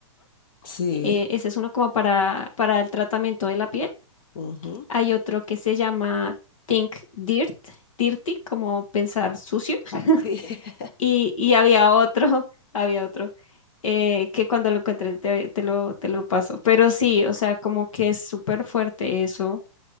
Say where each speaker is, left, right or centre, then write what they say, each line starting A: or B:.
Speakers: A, on the left; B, on the left.
A: sí,
B: eh, ese es uno como para, para el tratamiento de la piel.
A: ujú,
B: Hay otro que se llama Think Dirt, Dirty, como pensar sucio. <laughs>
A: sí. <laughs>
B: Y, y había otro, <laughs> había otro, eh, que cuando lo encontré te, te lo, te lo paso. Pero sí, o sea, como que es súper fuerte eso.